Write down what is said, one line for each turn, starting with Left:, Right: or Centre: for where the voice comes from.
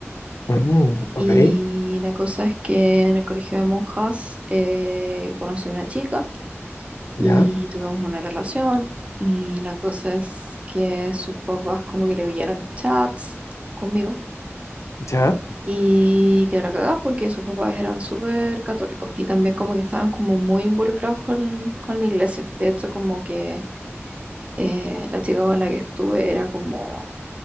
Left: Mm, ok,
Right: Y la cosa es que en el colegio de monjas eh, conocí a una chica
Left: ya,
Right: y tuvimos una relación y la cosa es que sus papás como que le pillaron chats conmigo
Left: ya,
Right: y quedó la cagada porque sus papás eran súper católicos y también como que estaban como muy involucrados con, con la iglesia. De hecho como que eh, la chica con la que estuve era como,